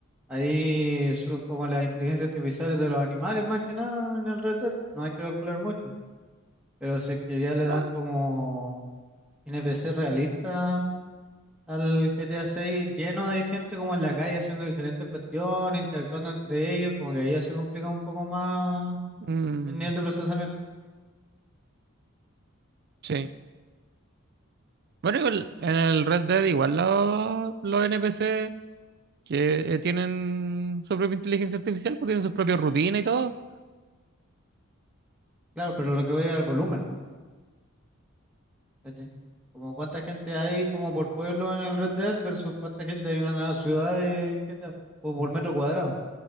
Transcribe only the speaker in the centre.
Ahí son como las inteligencias artificiales de los animales más que nada en el Red Dead. No hay que calcular mucho. Pero sé que ya le
dan como NPC realista al GTA 6, lleno de gente como en la calle haciendo diferentes cuestiones, interactuando entre ellos, como que ahí ya se complica un poco más
el nivel de procesamiento.
Claro, pero lo que voy es al volumen, ¿cachai? Como cuánta gente hay como por pueblo en el Red Dead versus cuánta gente hay en una ciudad de GTA, o por metro cuadrado.